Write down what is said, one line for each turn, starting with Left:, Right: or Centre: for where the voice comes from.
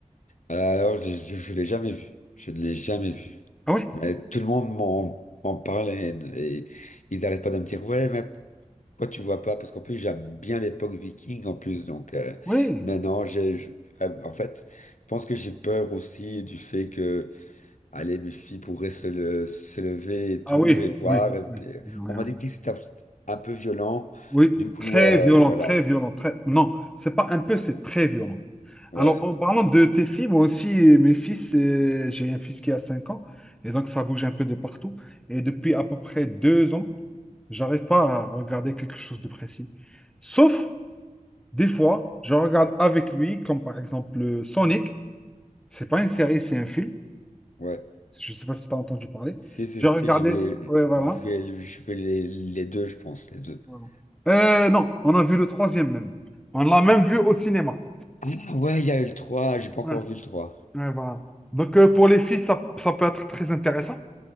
Left: Alors je, je, je l'ai jamais vu, je ne l'ai jamais vu.
Centre: Ah oui,
Left: Mais tout le monde m'en m'en parle et, et ils n'arrêtent pas de me dire ouais, mais pourquoi tu vois pas? Parce qu'en plus j'aime bien l'époque viking en plus, donc euh,
Centre: oui.
Left: maintenant j'ai, je- euh, en fait, je pense que j'ai peur aussi du fait que Allez, mes filles pourraient se, le- se lever et tout,
Centre: Ah oui,
Left: et voir.
Centre: oui,
Left: et puis,
Centre: oui.
Left: euh,
Centre: Oui,
Left: on m'a
Centre: oui.
Left: dit que c'était un, un peu violent.
Centre: Oui,
Left: Du coup,
Centre: très
Left: euh,
Centre: violent,
Left: voilà.
Centre: très violent, très. Non, c'est pas un peu, c'est très violent.
Left: Ouais,
Centre: Alors en
Left: donc,
Centre: parlant
Left: euh,
Centre: de tes filles, moi aussi, euh, mes fils, euh, j'ai un fils qui a 5 ans, et donc ça bouge un peu de partout. Et depuis à peu près deux ans. J'arrive pas à regarder quelque chose de précis. Sauf, des fois, je regarde avec lui, comme par exemple euh, Sonic. C'est pas une série, c'est un film.
Left: ouais.
Centre: Je sais pas si tu as entendu parler.
Left: Si, si,
Centre: J'ai
Left: si,
Centre: regardé.
Left: je vais,
Centre: Ouais, voilà.
Left: je vais, je vais les, les deux, je pense, les deux.
Centre: Voilà.
Left: <clears throat>
Centre: Euh, non, on a vu le troisième même. On l'a même vu au cinéma.
Left: Ah ouais, il y a eu le trois. j'ai pas encore
Centre: Ouais,
Left: vu le 3.
Centre: ouais, voilà. Donc, euh, pour les filles, ça, ça peut être très intéressant.